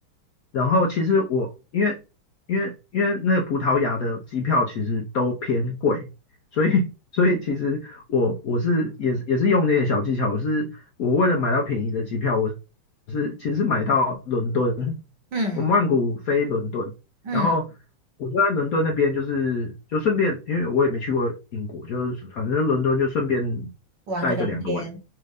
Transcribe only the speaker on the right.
嗯
嗯，
玩个两天。